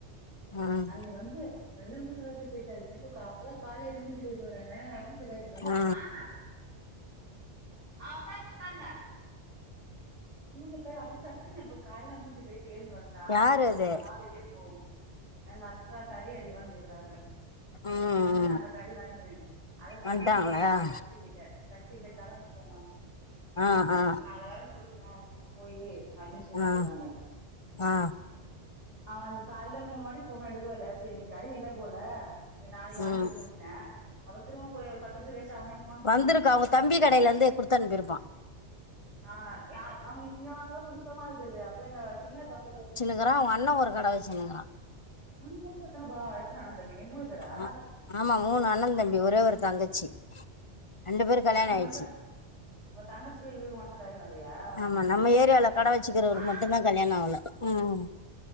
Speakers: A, on the left; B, on the right.
A: ம்
B: அன்னைக்கு வந்து மஞ்ச காயிட்டு போயிட்டாரு எனக்கு அப்பதான் கால எந்த மூஞ்சு போயிட்டு அ மஞ்ச காயிட்டு
A: ஆ
B: ஆஹ் ஆக்க ஒக்கார்ங்க ஒக்கார்ங்க மூஞ்ச க அப்படி சட்டுனே இப்ப காயல மூஞ்சு கயிட்டு ஏறந்து வந்தா
A: யாரு
B: மூஞ்ச க
A: அது
B: நம்ம நாள் எப்படி போவும் எங்க அத்தா கறி அறிவான்னு கேக்குறாங்க
A: ம்
B: வந்துட்டாங்க
A: ம்
B: கறி வாங்கினன் அதது கடன்
A: வந்ட்டாங்களா
B: வச்சிட்டு வந்தாங்க
A: ஆ
B: சக்த கிட்ட சக்தி கிட்ட கடன் வச்சிட்டு வந்தாங்க
A: ஆ ஆ
B: இப்ப நான் அதது வேற கொடுக்கலன் போயே அப்பின்னு சொல்லிட்டு
A: ஆ
B: இருக்காங்க
A: ஆ
B: அவ கால மூணு வாாடி போ எடுக்கவேல சரி நீ கறி இல்ல போல நாளைக்கு வாங்கிக்க
A: ம்
B: திரும்ப பத்தசு கச்ச அவனஃபோன் பண்ண
A: வந்திருக்கு அவங்க
B: பாரசலக்க
A: தம்பி கடையில இருந்து குடுத்தனுப்பிருப்பான்
B: ஆஹ் அவங்களுக்கு இங்க வாங்கத சுத்தமா இருக்குது அப்புறம் எங்க சின்ன தம்பி கேட்ட
A: இருக்கிறன் அண்ணன் ஒரு கடைவைச்சு நக்கிறான்
B: ஆன முச்சத்தன பா எத்தனை அனந்தமிங்க மூ பேரா
A: ஆ ஆமா மூணு அண்ண தம்பி ஒரே ஒரு தங்கச்சி ரெண்டு பேரும் கல்யாணம்
B: அவனுக்கு
A: ஆயிடுச்சு
B: மட்டுந்தா அவ தங்கச்சிக்கு இவருக்கு மட்டுந்தா கல்யாண ஆகலையா
A: ஆமா நம்ம ஏரியாவில கட வச்சுக்கறவருக்கு
B: ஆ
A: மட்டு தா கல்யாணம் ஆகல ம்